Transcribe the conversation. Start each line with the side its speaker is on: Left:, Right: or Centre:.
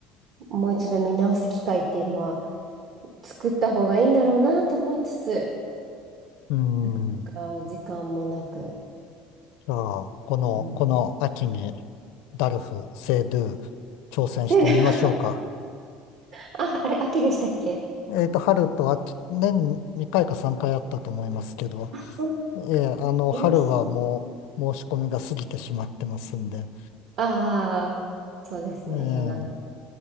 Right: もう一度見直す機会っていうのは作った方がいいんだろうなと思いつつ、
Left: うん。
Right: なかなか時間もなく。
Left: じゃあ、この、
Right: うん
Left: この秋にダルフ、セイドゥ、挑戦してみましょうか。
Right: せな、<laughs> あ、あれ、秋でしたっけ
Left: えっと、春と秋、年2回か3回あったと思いますけど、
Right: あ、そう、
Left: えーあの、
Right: いましたっけ。
Left: 春はもう申し込みが過ぎてしまってますんで、
Right: ああ、そうですね。
Left: えー
Right: じゃあな、